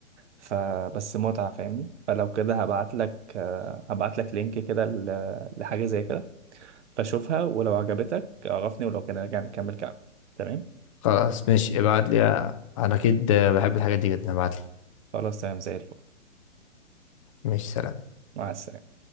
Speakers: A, on the right; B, on the left.
A: فبس متعه فاهمني فلو كده هبعت لك آه، هبعت لك لينك كده ل- لحاجه زي كده فشوفها ولو عجبتك عرفني ولو كده نرجع نكمل كلام تمام
B: خلاص ماشي ابعت لي انا اكيد بحب الحاجات دي جدا ابعت لي
A: خلاص تمام زي الفل
B: ماشي سلام
A: مع السلامه